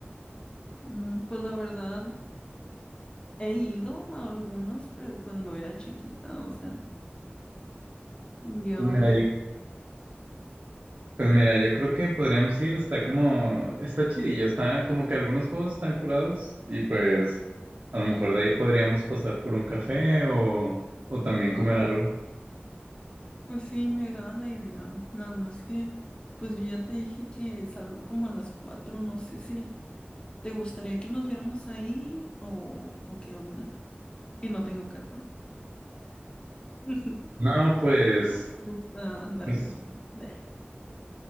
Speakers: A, on the left (about 25°); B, on the right (about 55°).
A: Mm, pues la verdad, he ido a algunos, pero cuando era chiquita, o sea, y ahorita,
B: Pues mira, yo, pues mira, yo creo que podríamos ir, está como, está chidillo, está como que algunos juegos están curados y pues a lo mejor de ahí podríamos pasar por un café o, o también comer algo.
A: pues sí, me agrada la idea. Nada más que, pues yo ya te dije que salgo como a las 4. no sé si ¿Te gustaría que nos viéramos ahí o, o qué onda? Y no tengo carro. <laughs>
B: No, pues,
A: No me gusta andar
B: pues,
A: en campo. Bleh.